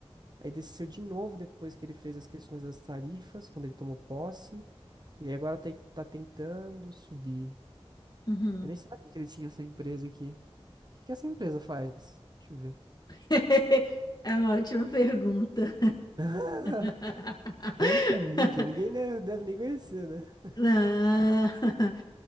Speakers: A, on the right; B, on the left.
A: Aí desceu de novo depois que ele fez as questões das tarifas, quando ele tomou posse. E aí agora tá tá tentando subir.
B: uhum.
A: Eu nem sabia que ele tinha essa empresa aqui. O que que essa empresa faz? Deixa eu ver.
B: <laughs> É uma ótima pergunta.
A: <laughs>
B: <laughs>
A: Trump Media, ninguém né, deve nem conhecer, né?
B: Não, <laughs>